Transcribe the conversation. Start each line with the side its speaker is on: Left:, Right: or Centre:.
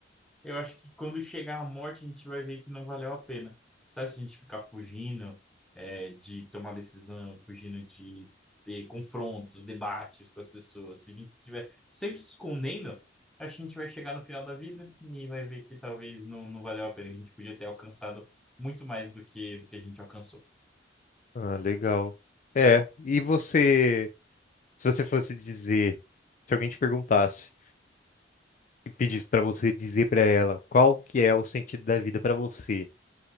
Centre: eu acho que quando chegar a morte, a gente vai ver que não valeu a pena. Sabe, se a gente ficar fugindo, é, de tomar decisão, fugindo de ter confrontos, debates com as pessoas, se a gente estiver sempre se escondendo, acho que a gente vai chegar no final da vida e vai ver que talvez não, não valeu a pena. A gente podia ter alcançado muito mais do que, do que a gente alcançou.
Left: Ah, legal. É, e você, se você fosse dizer, se alguém te perguntasse e pedisse pra você dizer pra ela qual que é o sentido da vida pra você,